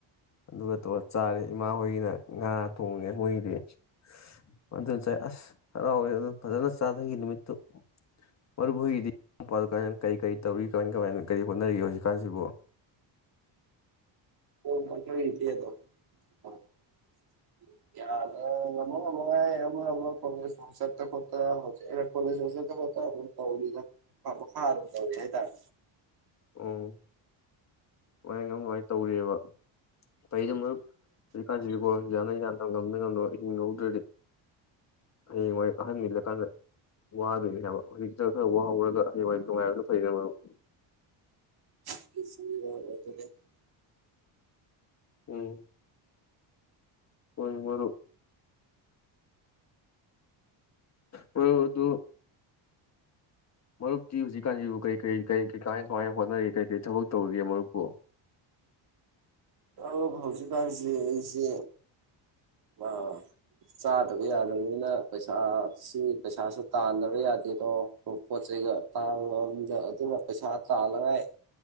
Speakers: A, on the left (about 35°); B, on the right (about 50°).
A: ꯑꯗꯨꯒ ꯇꯧꯔ ꯆꯥꯔꯦ ꯏꯃꯥ ꯍꯣꯏꯒꯤꯅ ꯉꯥ ꯊꯣꯡꯉꯦ ꯃꯣꯏꯒꯤꯗꯤ꯫ <unintelligible> ꯆꯥꯏ ꯑꯁ ꯍꯔꯥꯎꯋꯦ ꯑꯗꯨ ꯐꯖꯅ ꯆꯥꯊꯈꯤ ꯅꯨꯃꯤꯠꯇꯨ꯫ ꯃꯔꯨꯞ ꯍꯣꯏꯒꯤꯗꯤ <unintelligible> ꯀꯩꯀꯩ ꯇꯧꯔꯤ ꯀꯃꯥꯏ ꯀꯃꯥꯏꯅ ꯀꯔꯤ ꯍꯣꯠꯅꯔꯤꯒꯦ ꯍꯧꯖꯤꯛꯀꯥꯟꯖꯤꯕꯣ꯫
B: <unintelligible> <unintelligible> ꯆꯠꯇꯅ ꯈꯣꯠꯇꯅ <unintelligible> ꯃꯥ ꯃꯈꯥ ꯑꯗꯨꯝ ꯇꯧꯔꯤ ꯍꯥꯏ ꯇꯥꯔꯦ꯫
A: ꯑꯣ ꯃꯥꯏꯅ ꯑꯗꯨꯃꯥꯏꯅ ꯇꯧꯔꯤꯑꯕ꯫ ꯐꯩꯗ ꯃꯔꯨꯞ ꯍꯧꯖꯤꯛꯀꯥꯟꯖꯤꯗꯤꯀꯣ ꯌꯥꯅ ꯌꯥꯅꯕ ꯉꯝꯅ ꯉꯝꯅꯕ ꯍꯤꯡ ꯍꯧꯗ꯭ꯔꯗꯤ ꯍꯌꯦꯡ ꯋꯥꯏ ꯑꯍꯟ ꯃꯤꯜꯂꯀꯥꯟꯗ ꯋꯥꯗꯣꯏꯅꯦ ꯍꯥꯏꯕ ꯍꯧꯖꯤꯛꯇ ꯈꯔ ꯋꯥ ꯍꯧꯔꯒ ꯍꯌꯦꯡ ꯋꯥꯏ ꯅꯨꯡꯉꯥꯏꯕꯗꯣ ꯐꯩꯗꯅ ꯃꯔꯨꯞ꯫
B: <unintelligible> ꯑꯣꯏꯕꯒꯤ
A: ꯎꯝ꯫ ꯍꯣꯏ ꯃꯔꯨꯞ꯫ ꯃꯔꯨꯞ ꯑꯗꯨ ꯃꯔꯨꯞꯇꯤ ꯍꯧꯖꯤꯛꯀꯥꯟꯖꯤꯕꯨ ꯀꯔꯤ ꯀꯔꯤ ꯀꯔꯤ ꯀꯩ ꯀꯃꯥꯏ ꯀꯃꯥꯏꯅ ꯍꯣꯠꯅꯔꯤ ꯀꯩ ꯀꯩ ꯊꯕꯛ ꯇꯧꯔꯤꯒꯦ ꯃꯔꯨꯞꯄꯣ꯫
B: ꯑꯧ ꯍꯧꯖꯤꯛ ꯀꯥꯟꯖꯦ ꯑꯩꯖꯦ ꯑ ꯆꯥꯗꯕ ꯌꯥꯗꯕꯅꯤꯅ ꯄꯩꯁꯥ ꯁꯤ ꯄꯩꯁꯥꯁꯦ ꯇꯥꯟꯗꯕ ꯌꯥꯗꯦꯗꯣ ꯄꯣꯠ ꯆꯩꯩꯒ <unintelligible> ꯑꯗꯨꯅ ꯄꯩꯁ ꯇꯜꯂꯥ ꯉꯥꯏ